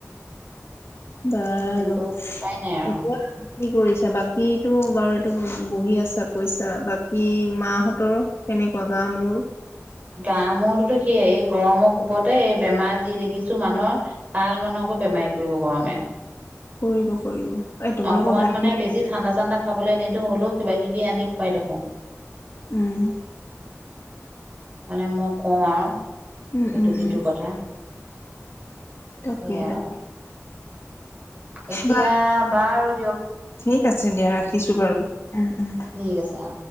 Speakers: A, on the left (about 45°); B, on the right (about 30°).
A: বাৰু,
B: কিন্তু উপায় নাই আৰু
A: এতিয়া কি কৰিছা বাকী? এইটো বাৰু এইটো বহি আছা কৈছা। বাকী মাহঁতৰ কেনেকুৱা গা মূৰ
B: গা মূৰ থিকেই, এই গৰমৰ কুবতে এই বেমাৰ যি দেখিছো মানুহৰ ভাল মানুহকো বেমাৰ কৰিব গৰমে।
A: কৰিব। কৰিব এই তোমালোকৰ
B: অকনমান
A: ভাইটি
B: মানে বেছি ঠাণ্ডা ঠাণ্ডা খাবলৈ নিদো হলেও কিবা-কিবি আনি খোৱাই থাকো।
A: উম।
B: মানে মই কওঁ আৰু
A: উম
B: ইটো-সিটো
A: উম উম
B: কথা।
A: তাকে
B: সেয়াই
A: তাকে।
B: আৰু। এতিয়া
A: বাৰু
B: বাৰ
A: ঠিক আছে দিয়া ৰাখিছো বাৰু উম উম
B: ঠিক আছে অ।